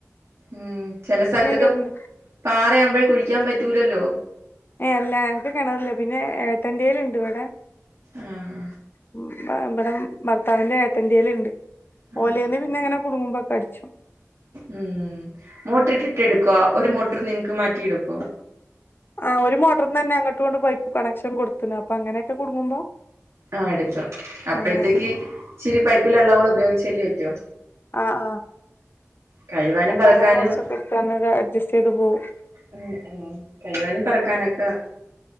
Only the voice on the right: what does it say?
ഉം ചെല സ്ഥലത്തൊക്കെ
പാറയാവുമ്പോഴേ കുഴിക്കാൻ പറ്റൂലല്ലോ?
ആഹ്
ആഹ്
ഉം മോട്ടറിയിട്ട് എടുക്കുവോ ഒരു മോട്ടർ നിങ്ങൾക്ക് മാറ്റിയെടുക്കുവോ?
ആഹ് എടുക്കും അപ്പോഴത്തേക്ക്
ഇച്ചിരി പൈപ്പിലുള്ള കൂടെ ഉപയോഗിച്ചല്ലേ പറ്റോ?
കഴുവാനും
പറക്കാനും
ഉം ഉം കഴുവാനും പേരക്കാനും ഒക്കെ.